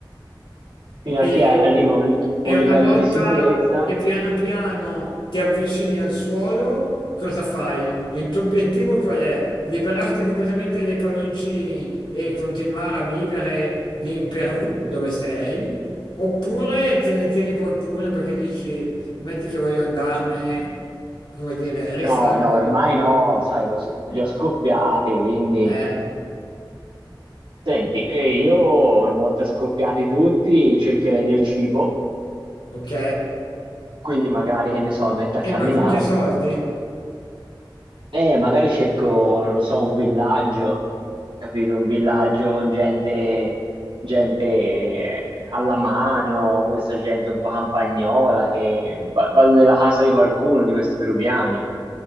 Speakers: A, on the right (about 75°); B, on the left (about 80°).
A: Fino
B: e,
A: a che arriva un li-
B: e
A: un
B: una
A: livello
B: volta
A: di sicurezza
B: che piano piano ti avvicini al suolo, cosa fai? Il tuo obiettivo qual è? Liberarti completamente dai palloncini e continuare a vivere lì in Perù, dove sei? Oppure te ne tieni qualcuno perché dici, metti che voglio andarmene, come dire, risalgo
A: No, no, ormai
B: e via.
A: no, sai, lo s- li ho scoppiati, quindi...
B: Eh,
A: Senti, e io una volta scoppiati tutti cercherei del cibo,
B: ok?
A: quindi magari, che ne so, mi metto a camminare.
B: E ma con che soldi?
A: E magari cerco, non lo so, un villaggio, capito? Un villaggio con gente, gente eh, alla mano, questa gente un po' campagnola, che va- vado nella casa di qualcuno di questi peruviani.